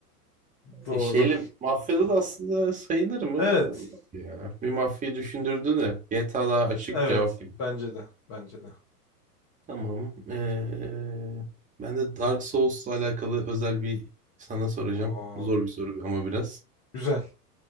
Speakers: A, on the left; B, on the right.
A: Doğru.
B: E, şeyle mafyada da aslında sayılır mı?
A: Evet,
B: Yok ya. Bir mafyayı düşündürdü de GTA daha açık
A: evet.
B: cevap
A: Bence de, bence de.
B: Tamam. Ee, ben de Dark Souls'la alakalı özel bir sana soracağım.
A: Oo,
B: Zor bir soru ama biraz.
A: güzel.